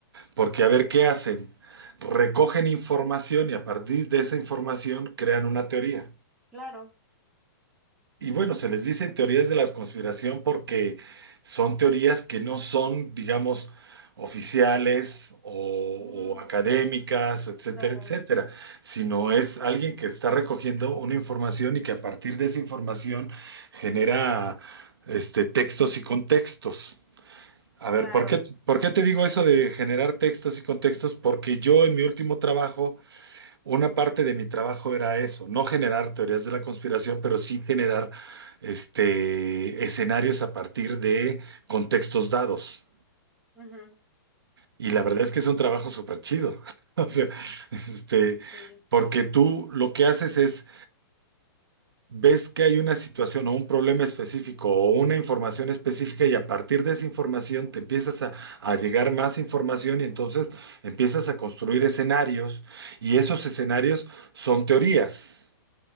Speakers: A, on the right; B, in the centre.
A: porque a ver qué hacen, recogen información y a partir de esa información crean una teoría.
B: Claro.
A: Y bueno, se les dicen teorías de la conspiración porque son teorías que no son, digamos, oficiales o,
B: Mm,
A: o académicas, etcétera,
B: claro,
A: etcétera, sino es alguien que está recogiendo una información y que a partir de esa información genera este, textos y contextos. A ver,
B: claro.
A: ¿por qué, por qué te digo eso de generar textos y contextos? Porque yo en mi último trabajo una parte de mi trabajo era eso, no generar teorías de la conspiración, pero sí generar este, escenarios a partir de contextos dados.
B: Ujú,
A: Y
B: ok,
A: la verdad es que es un trabajo súper chido. <laughs> O sea, este,
B: sí.
A: porque tú lo que haces es, ves que hay una situación o un problema específico o una información específica y a partir de esa información te empiezas a, a llegar más información y entonces empiezas a construir escenarios y esos escenarios son teorías